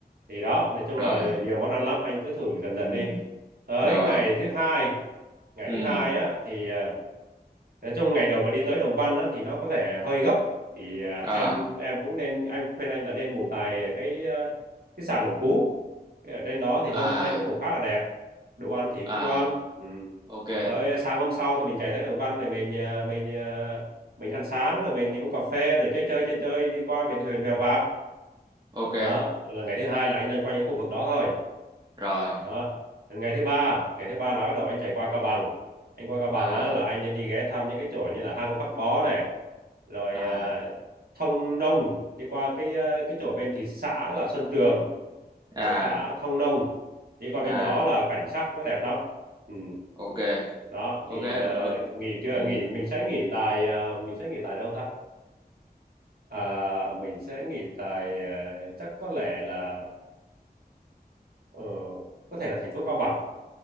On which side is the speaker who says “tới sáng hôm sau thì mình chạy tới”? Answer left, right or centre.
Right